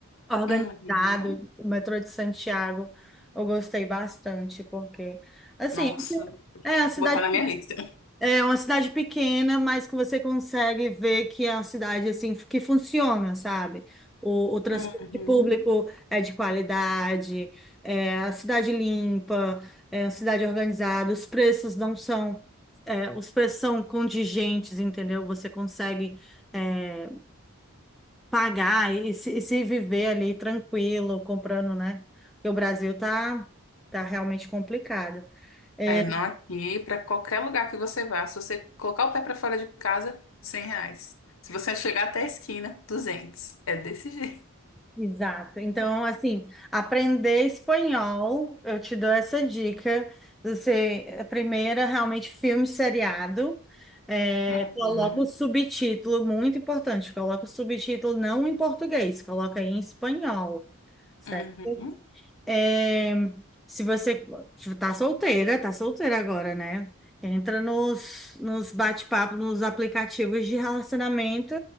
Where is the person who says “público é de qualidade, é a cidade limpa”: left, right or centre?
Centre